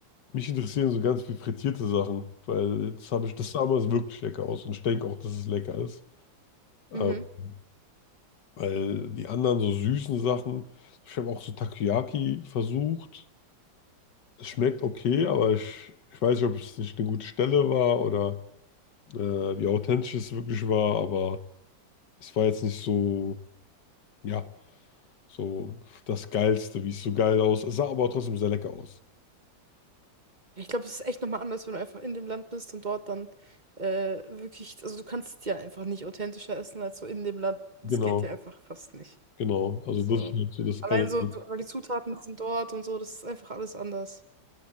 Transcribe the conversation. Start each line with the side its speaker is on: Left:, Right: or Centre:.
Left: mich interessieren so ganz viel frittierte Sachen, weil das habe ich, das sah damals wirklich lecker aus und ich denke auch, dass es lecker ist. Ähm,
Right: Mhm.
Left: weil die anderen so süßen Sachen, ich habe auch so Takoyaki versucht. Es schmeckt okay, aber ich, ich weiß nicht, ob es nicht eine gute Stelle war oder äh, wie authentisch es wirklich war, aber es war jetzt nicht so, ja, so das Geilste, wie es so geil aus. Es sah aber trotzdem sehr lecker aus.
Right: Ja, Ich glaube, es ist echt nochmal anders, wenn du einfach in dem Land bist und dort dann äh, wirklich, also du kannst ja einfach nicht authentischer essen als so in dem Land. Das
Left: Genau.
Right: geht ja einfach fast nicht.
Left: Genau, also
Right: So.
Left: das ist halt so das
Right: Allein
Left: eine.
Right: so, du- weil die Zutaten sind dort und so, das ist einfach alles anders.